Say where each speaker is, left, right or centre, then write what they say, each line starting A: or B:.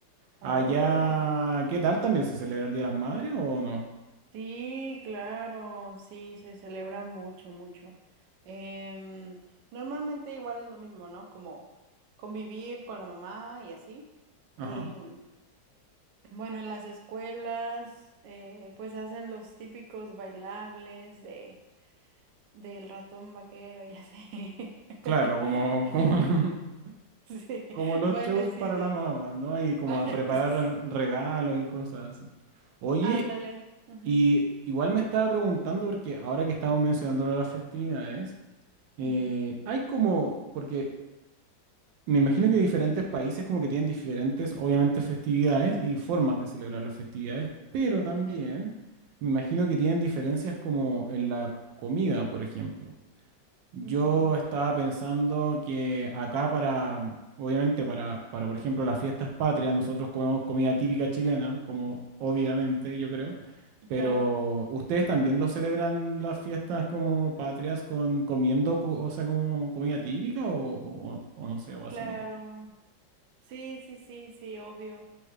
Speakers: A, on the right; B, on the right.
A: Allá,
B: Oh,
A: ¿qué tal? ¿También se celebra el Día de las Madres o no?
B: sí, claro, sí, se celebra mucho, mucho. Em, normalmente igual es lo mismo, ¿no? Como convivir con la mamá y así.
A: Ajá.
B: Em, <clears throat> bueno, en las escuelas, eh, pues hacen los típicos bailables de... del ratón vaquero y así.
A: Claro,
B: <laughs>
A: como, como, <laughs>
B: Sí,
A: como los
B: bailecitos.
A: shows para las mamás, ¿no? Y como
B: Ah,
A: a
B: <laughs>
A: preparar regalos y cosas así. Oye,
B: Ándale. Ujú,
A: y igual me estaba preguntando, porque ahora que estamos mencionando lo de las festividades, eh,
B: ujú,
A: hay como, porque me imagino que diferentes países como que tienen diferentes, obviamente, festividades y formas de celebrar las festividades, pero también
B: ujú,
A: me imagino que tienen diferencias como en la comida, por ejemplo. Yo
B: ujú.
A: estaba pensando que acá para, obviamente para, para, por ejemplo, las fiestas patrias, nosotros comemos comida típica chilena, como obviamente yo creo, pero
B: Claro,
A: ustedes también lo celebran las fiestas como patrias con comiendo, co- o sea, como comida típica o, o- o no sé, o hacen
B: claro.
A: otro.
B: Sí, sí, sí, sí, obvio.